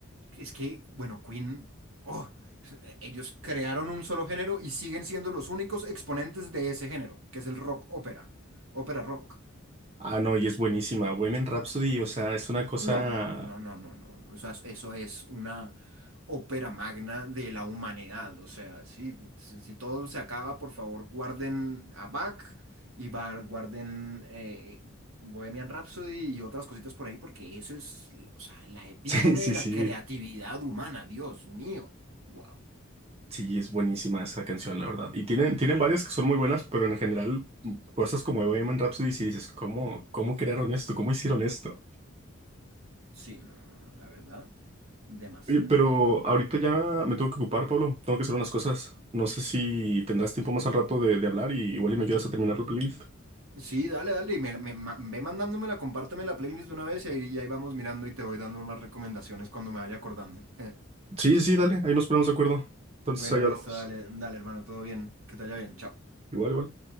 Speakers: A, on the right; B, on the right.
A: es que, bueno, Queen, oh, <laughs> ellos crearon un solo género y siguen siendo los únicos exponentes de ese género, que es el rock ópera, ópera rock.
B: Ah, no, y es buenísima. Women Rhapsody, o sea, es una cosa.
A: No, no, no, no, no,
B: <laughs>
A: no, no. no. O sea, eso es una ópera magna de la humanidad. O sea, sí, si, si todo se acaba, por favor, guarden a Bach y va- guarden eh, Bohemian Rhapsody y otras cositas por ahí, porque eso es, o sea, la epítome
B: Sí, sí,
A: de la
B: sí.
A: creatividad humana. Dios mío. Wow.
B: Sí, es buenísima esa canción, la verdad. Y tienen, tienen varias que son muy buenas, pero en general, mm, cosas como Women Rhapsody, si dices, ¿cómo, cómo crearon esto? ¿Cómo hicieron esto?
A: Sí, no, no, no, la verdad, demasiado.
B: Oye, pero ahorita ya me tengo que ocupar, Pablo. Tengo que hacer unas cosas. No sé si tendrás tiempo más al rato de, de hablar y igual y me ayudas a terminar la playlist.
A: Sí, dale, dale, y me, la- me ma- ve mandándomela, compárteme la playlist de una vez y ahí, y ahí vamos mirando y te voy dando más recomendaciones cuando me vaya acordando. <laughs>
B: Sí, sí, sí, dale. Ahí nos ponemos de acuerdo. Entonces
A: Bueno,
B: ahí
A: listo,
B: hablamos.
A: dale, dale, hermano, todo bien, que te vaya bien, chao.
B: Igual, igual.